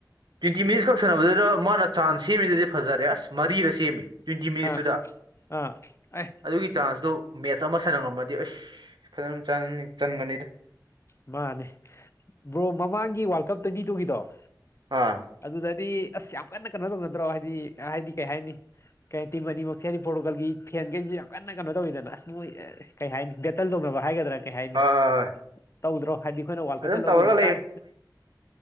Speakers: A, on the right; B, on the left.
A: ꯇ꯭ꯋꯦꯟꯇꯤ ꯃꯤꯅꯤꯠꯁ ꯈꯛ ꯁꯥꯟꯅꯕꯗꯨꯗ ꯃꯥꯅ ꯆꯥꯟꯁ ꯁꯦꯝꯃꯤꯗꯨꯗꯤ ꯐꯖꯔꯦ ꯑꯁ ꯃꯔꯤꯔ ꯁꯦꯝꯃꯦ ꯇ꯭ꯋꯦꯟꯇꯤ ꯃꯤꯅꯤꯠꯁꯇꯨꯗ
B: ꯑꯥ ꯑꯥ ꯑꯦ
A: ꯑꯗꯨꯒꯤ ꯆꯥꯟꯁꯇꯣ ꯃꯦꯠꯆ ꯑꯃ ꯁꯥꯟꯅꯉꯝꯃꯗꯤ ꯑꯁ ꯐꯖꯅ ꯆꯥꯅꯅꯤ ꯆꯟꯒꯅꯤꯗ
B: ꯃꯥꯅꯦ ꯕ꯭ꯔꯣ ꯃꯃꯥꯡꯒꯤ ꯋꯥꯔꯜ ꯀꯞ ꯇ꯭ꯋꯦꯟꯇꯤ ꯇꯨꯒꯤꯗꯣ
A: ꯑꯥ
B: ꯑꯗꯨꯗꯗꯤ ꯑꯁ ꯌꯥꯝ ꯀꯟꯅ ꯀꯩꯅꯣ ꯇꯧꯅꯗ꯭ꯔꯣ ꯍꯥꯏꯗꯤ ꯍꯥꯏꯗꯤ ꯀꯩ ꯍꯥꯏꯅꯤ ꯀꯩ ꯇꯤꯝ ꯑꯅꯤꯃꯛꯁꯦ ꯍꯥꯏꯗꯤ ꯄꯣꯔꯇꯨꯒꯜꯒꯤ ꯐꯦꯟꯈꯩꯁꯤ ꯌꯥꯝ ꯀꯟꯅ ꯀꯩꯅꯣ ꯇꯧꯋꯤꯗꯅ ꯑꯁ ꯀꯩ ꯍꯥꯏꯅꯤ ꯕꯦꯇꯜ ꯇꯧꯅꯕ ꯍꯥꯏꯒꯗ꯭ꯔꯥ ꯀꯩ ꯍꯥꯏꯅꯤ
A: ꯍꯣꯏ ꯍꯣꯏ ꯍꯣꯏ
B: ꯇꯧꯗ꯭ꯔꯣ ꯍꯥꯏꯗꯤ ꯑꯈꯣꯏꯅ ꯋꯥꯜ ꯄꯦꯄꯔ
A: ꯑꯗꯨꯝ
B: ꯂꯧꯕꯩ
A: ꯇꯧꯔꯒ
B: ꯃꯇꯥꯡ